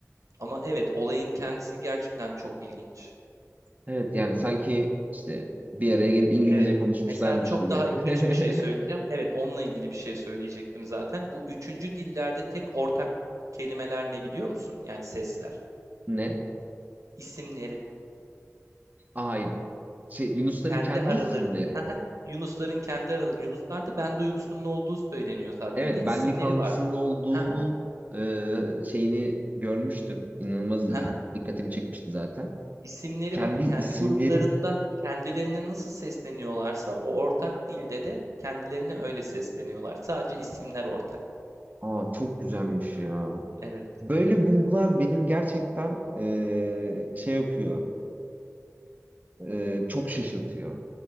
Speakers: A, on the right; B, on the right.
A: Ama evet olayın kendisi gerçekten çok ilginç.
B: Evet yani sanki işte bir araya gelip İngilizce
A: Evet.
B: konuşmuşlarmış
A: Mesela çok
B: gibi.
A: daha ilginç
B: <laughs>
A: bir şey söyleyeceğim. Evet, onunla ilgili bir şey söyleyecektim zaten. Bu üçüncü dillerde tek ortak kelimeler ne biliyor musun? Yani sesler,
B: Ne?
A: isimleri,
B: Ay şey Yunusların
A: kendi
B: kendi
A: araların.
B: isimleri.
A: <laughs> Haha, Yunusların kendi araları. Yunuslarda ben duygusunun olduğu söyleniyor zaten
B: Evet
A: ve isimleri
B: benlik algısının
A: var.
B: olduğunun
A: Haha,
B: e, şeyini görmüştüm. İnanılmaz
A: haha,
B: iyi- dikkatimi çekmişti zaten.
A: isimleri
B: Kendi
A: var.
B: isimleri.
A: Kendi gruplarında kendilerine nasıl sesleniyorlarsa o ortak dilde de kendilerine öyle sesleniyorlar. Sadece isimler ortak.
B: Aa çok güzelmiş ya.
A: Evet,
B: Böyle bulgular benim gerçekten eee, şey yapıyor, eee, çok şaşırtıyor.